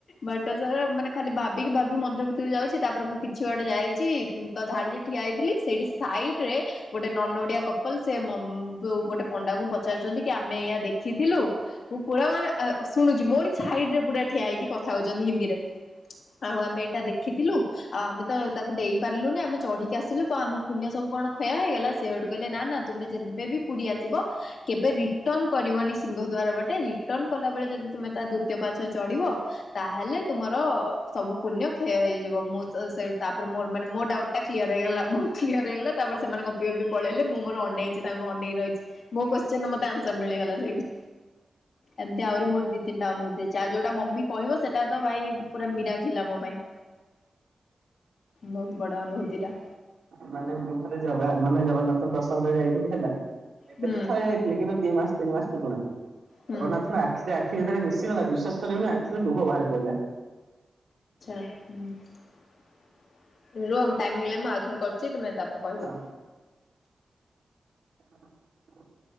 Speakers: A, on the left; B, on the right.
A: ବାଟ ସାରା ମାନେ ଖାଲି ଭାବିକି ଭାବି ମନ୍ଦିର ଭିତର କୁ ଯାଉଚି। ତାପରେ ମୁଁ କିଛି ବାଟ ଯାଇଚି ତ ଧାଡ଼ିରେ ଠିଆ ହେଇଥିଲି, ସେଇଠି ସାଇଟ୍ ରେ ଗୋଟେ ନନ୍ ଓଡିଆ କପଲ୍ ସେ ମ ଗୋଟେ ପଣ୍ଡାକୁ ପଚାରୁଚନ୍ତି କି ଆମେ ଏଇଆ ଦେଖିଥିଲୁ ମୁଁ ପୁରା ମାନେ ଆ ଶୁଣୁଚି। ମୋରି ସାଇଡ୍ ରେ ପୁରା ଠିଆ ହେଇକି କଥା ହଉଚନ୍ତି ହିନ୍ଦୀରେ। ଆଉ ଆମେ ଏଇଟା ଦେଖିଥିଲୁ ଆଉ ଆମେ ତ ତାକୁ ଡେଇଁ ପାରିଲୁନି ଆମେ ଚଢିକି ଆସିଲୁ ତ ଆମ ପୁଣ୍ୟ ସବୁ କଣ କ୍ଷୟ ହେଇଗଲା? ସେ ହେଠୁ କହିଲେ ନା ନା ତୁମେ ଯେବେ ବି ପୁରୀ ଆସିବ କେବେ ରିଟର୍ଣ କରିବନି ସିଂହଦ୍ୱାର ବାଟେ। ରିଟର୍ଣ କଲା ବେଳେ ଯଦି ତମେ ତା ଦ୍ଵିତୀୟ ପାହାଚ ରେ ଚଢ଼ିବ ତାହେଲେ ତୁମର ସବୁ ପୁଣ୍ୟ କ୍ଷୟ ହେଇଯିବ। ମୁଁ ସେ ତାପରେ ମୋ ମାନେ ମୋ ଡାଉଟ୍ କ୍ଲିୟର ହେଇଗଲା। ମୁଁ କ୍ଲିୟର ହେଇଗଲା, ତା ପରେ ସେମାନଙ୍କ ଗପି ଗପି ପଳେଇଲେ ମୁଁ ମୋର ଅନେଇଚି। ତାଙ୍କୁ ଅନେଇ ରହିଚି। ମୋ କ୍ୱେଶ୍ଚିନ୍ ର ମତେ ଆନ୍ସର ମିଳିଗଲା ସେଇଠି। ଏମିତି ଆହୁରି ମୋର ଦି ତିନଟା ଅନୁଭୂତି ଅଛି। ଆଉ ଯୋଉଟା ମମି କହିବ ସେଟା ତ ଭାଇ ପୁରା ମୀରାକିଲ୍ ଆମ ପାଇଁ। ବହୁତ ବଡ଼ ଅନୁଭୂତି ଟା।
B: ମାନେ ମୁଁ ଥରେ ଜଗା ମାନେ ଜଗନ୍ନାଥ ଙ୍କଟ ଦର୍ଶନ କରି ଯାଇଥିଲି ହେଲା। ଏବେ
A: ହୁଁ
B: ତ ଥରେ ଯାଇଥିଲି। କିନ୍ତୁ ଦି ମାସ ତିନି ମାସ ପୁରୁଣା। ଜଗନ୍ନାଥଙ୍କ
A: ହୁଁ
B: ଆ ଆଖି ରେ ଆଖି ଯେତେବେଳେ ମିଶିଗଲା ବିଶ୍ୱାସ କରିବେନି ଆଖିରୁ ଲୁହ ବାହାରି ପଇଲା।
A: <unintelligible> ରୁହ ମୋ ଟାଇମ୍ ହେଇ ଗଲାଣି ମୁଁ ଆଉ ଥରେ କରୁଚି ତୁମେ ତାପରେ
B: ହଁ।
A: କହିବ।
B: <inaudible>